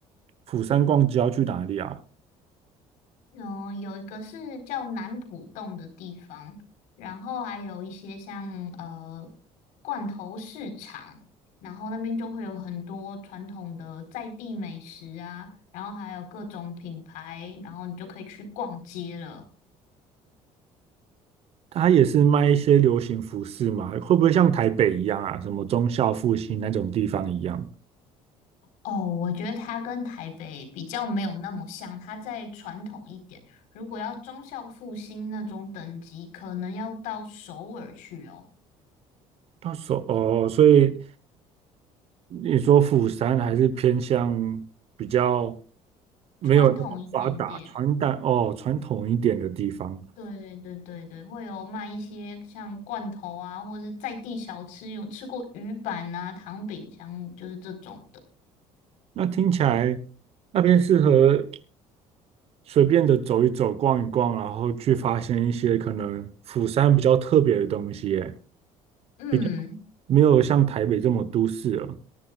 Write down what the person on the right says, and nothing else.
釜山逛街要去哪里啊？
它也是卖一些流行服饰嘛，会不会像台北一样啊？什么忠孝复兴那种地方一样？
到时候哦，所以你说釜山还是偏向比较没有那么发达、
传统哦传统一点的地方。
那听起来那边适合随便的走一走、逛一逛，然后去发现一些可能釜山比较特别的东西，诶，
比较没有像台北这么都市了。